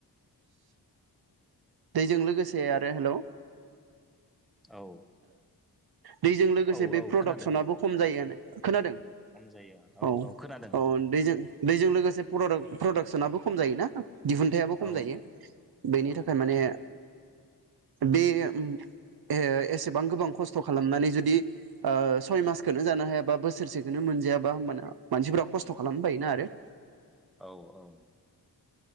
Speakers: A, on the right (about 70°); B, in the centre.
A: दैजों लोगोसे आरो हेल'
B: औ
A: दैजों लोगोसे
B: औ
A: बे
B: औ
A: प्रडाक्सनाबो
B: खोनादों
A: खम जायोआनो। खोनादों
B: खम जायो
A: औ
B: खोनादों
A: औ दैजों दैजों लोगोसे। प प्रडाक्सनाबो खम जायो ना? दिहुनथायाइाबो खम
B: औ
A: जायो बेनि
B: औ
A: थाखाय माने बे एसे एसेबां गोबां खस्थ' खालामनानै जुदि ओ सय मासखौनो जानो हायाबा बोसोरसेखौनो मोनजायाबा होमबाना मानसिफोरा खस्थ' खालामनो बायोना आरो।
B: औ औ